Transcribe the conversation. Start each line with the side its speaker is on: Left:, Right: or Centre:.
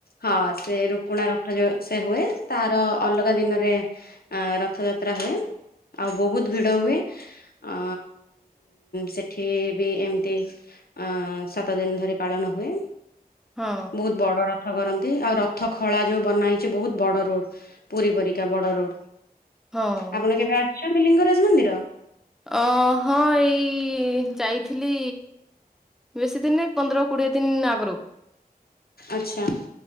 Left: ହଁ ସେ ରୁକୁଣା ରଥ ଯୋଉ ସେ ହୁଏ ତାର ଅଲଗା ଦିନରେ ଆ ରଥଯାତ୍ରା ହୁଏ। ଆଉ ବହୁତ ଭିଡ ହୁଏ ଆ ସେଠି ବି ଏମିତି ଅ ସାତ ଦିନ ଧରି ପାଳନ ହୁଏ,
Centre: ହଁ
Left: ବହୁତ ବଡ ରଥ ରଥ କରନ୍ତି ଆଉ ରଥ ଖଳା ଯୋଉ ବନା ହେଇଛି ବହୁତ ବଡ ରୋଡ ପୁରୀ ପରିକା ବଡ ରୋଡ।
Centre: ହଉ।
Left: ଆପଣ <unintelligible> ଲିଙ୍ଗରାଜ ମନ୍ଦିର
Centre: ଅ ହଁ ଏଇ ଯାଇଥିଲି। ବେଶୀ ଦିନ ନାହିଁ ପନ୍ଦର କୋଡିଏ ଦିନ ଆଗରୁ।
Left: ଆଚ୍ଛା।